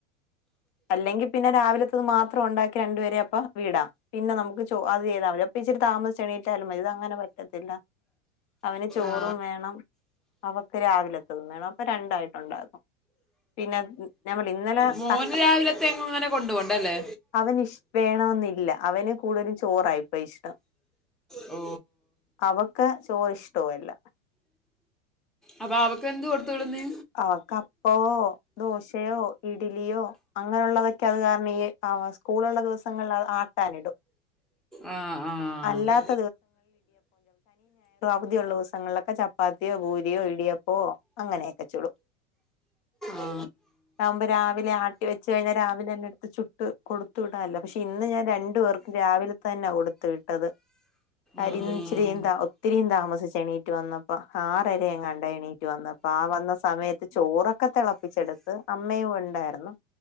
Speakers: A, on the left; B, in the centre.
A: അല്ലെങ്കിൽ പിന്നെ രാവിലത്തത് മാത്രം ഒണ്ടാക്കി രണ്ടുപേരേം അപ്പ വീടാ പിന്നെ ന്നമക്ക് ചോ അത് ചെയ്താ മതി. ഇത്തിരി താമസിച്ച് എണീറ്റാലും മതി ഇതങ്ങനെ പറ്റത്തില്ല അവന് ചോറും
B: ആ
A: വേണം. അവക്ക് രാവിലത്തതും വേണം അപ്പൊ രണ്ടായിട്ടുണ്ടാക്കും പിന്നെ ൻ ഞാൻ പറഞ്ഞില്ലേ ഇന്നലെ
B: മോന്
A: ത
B: രാവിലത്തെ എങ്ങുംങ്ങ്നെ കൊണ്ടു പോണ്ടല്ലേ.
A: അവന്ഷ് വേണോന്നില്ല അവന് കൂടുതലും ചോറായിപ്പോയിഷ്ടം.
B: ഓ
A: അവക്ക് ചോ ഇഷ്ടവല്ല
B: അപ്പൊ അവക്കെന്ത് കൊടുത്ത് വിടും നീ
A: അവ്ക്കപ്പവോ ദോശയോ ഇഡലിയോ അങ്ങനെയുള്ളതൊക്കെ അത് കാരണം ഈ ആ സ്കൂളൊള്ള ദിവസം ഞങ്ങൾ അത് ആട്ടാനിടും
B: ആഹ് ആഹ്
A: അല്ലാത്ത പുതിയുള്ള ദിവസങ്ങളിലൊക്കെ ചപ്പാത്തിയോ പൂരിയോ ഇടിയപ്പോ അങ്ങനെയൊക്കെ ചുടും
B: ആ.
A: ഉ <unintelligible> ആകുമ്പോ രാവിലെ ആട്ടി വെച്ച് കഴിഞ്ഞാൽ രാവിലെ തന്നെ എടുത്ത് ചുട്ട് കൊടുത്തു വിടാമല്ല പക്ഷെ ഇന്ന് ഞാൻ രണ്ടു പേർക്ക് ക്ക് രാവിലെത്തന്നാ കൊടുത്തു വിട്ടത് കാര്യന്നിചിരിന്താ
B: ഉം.
A: ഒ ഒത്തിരീം താമസിച്ച് എണീറ്റ് വന്നപ്പോ ആറരങ്ങാണ്ടായി എണീറ്റ് വന്നപ്പോ ആ വന്ന സമയത്ത് ചോറൊക്കെ തിളപ്പിച്ചെടുത്ത് അമ്മയും ഉണ്ടായിരുന്നു